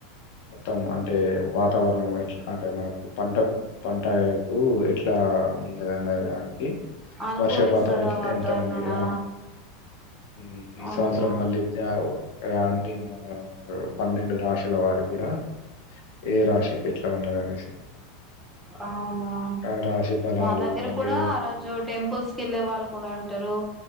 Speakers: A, on the left; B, in the centre.
A: మొత్తం అన్ అంటె వ వాతావరణం ఎట్లా అంటే మనకు పంట పంటకు ఎట్ల ఎట్లా ఉన్నది అనే దానికి
B: అనుకూలిస్తదా
A: వర్షపాతం ఎట్ల
B: వాతావరణానా
A: ఎంత ఉంది ఆ మ్ ఈ
B: అవునా
A: సంవత్సరం మళ్ళీ జ ఇగ అన్ని నా పన్నెండు రాశుల వారు కూడా ఏ రాశి ఎట్ల ఉన్నది అనేసి
B: అవునా
A: ఆ రాశి బలాలు
B: మా దగ్గర
A: మళ్ళీ
B: కూడా ఆ రోజు టెంపుల్స్ కి వెళ్ళే వాళ్ళు కూడా ఉంటారు